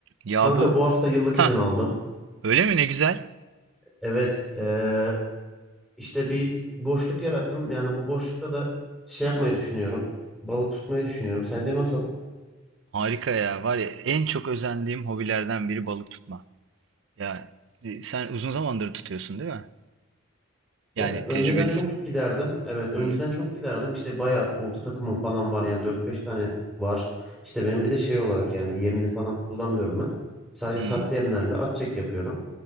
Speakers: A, on the right (about 55°); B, in the centre.
A: Ya
B: Kanka
A: bu
B: bu hafta yıllık
A: ha
B: izin aldım.
A: öyle mi ne güzel.
B: Evet, eee, işte bir boşluk yarattım. Yani bu boşlukta da şey yapmayı düşünüyorum. Balık tutmayı düşünüyorum. Sence nasıl?
A: Harika ya. Var ya en çok özendiğim hobilerden biri balık tutma. Ya e, sen uzun zamandır tutuyorsun değil mi? Yani
B: Ya önceden
A: tecrübelisin.
B: çok giderdim. Evet, önceden
A: Hmm,
B: çok giderdim. İşte bayağı olta takımım falan var. Yani dört beş tane var. İşte benim bir de şey olarak yani yemini falan kullanmıyorum ben. Sadece
A: hmm,
B: sahte yemlerle at çek yapıyorum.